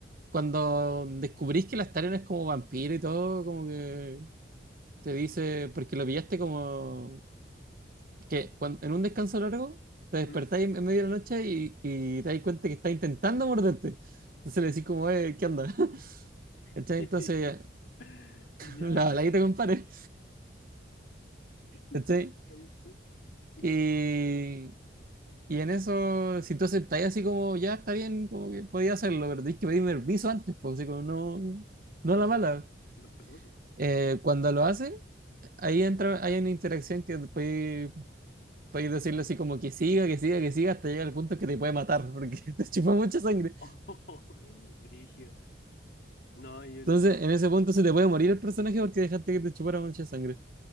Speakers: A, on the right (about 50°); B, on the left (about 60°).
A: cuando descubrís que la Staren es como vampiro y todo, como que te dice, porque lo pillaste como que cuan- en un descanso largo te despertáis
B: Ujú.
A: en en medio de la noche y, y te das cuenta que está intentando morderte. Entonces le decís como, eh, ¿qué onda? <laughs> ¿Cachai?
B: <laughs>
A: Entonces,
B: Ya,
A: la baladita, compadre.
B: <laughs>
A: ¿Cachai?
B: ya está, yo sí. ¿Y
A: Y,
B: qué onda?
A: Y en eso, si tú aceptáis así como, ya está bien, como que podía hacerlo, pero tenéis que pedirme permiso antes, pues así como no, no
B: Sí,
A: a la
B: po,
A: mala.
B: respetuoso.
A: Eh, cuando lo hace, ahí entra, hay una interacción que podéis, podéis decirle así como que siga, que siga, que siga, hasta llegar al punto que te puede matar, porque <laughs> te chupa
B: Oh,
A: mucha sangre.
B: oh, <laughs> brígido. No, y el
A: Entonces, en ese punto se te puede morir el personaje porque dejaste que te chupara mucha sangre.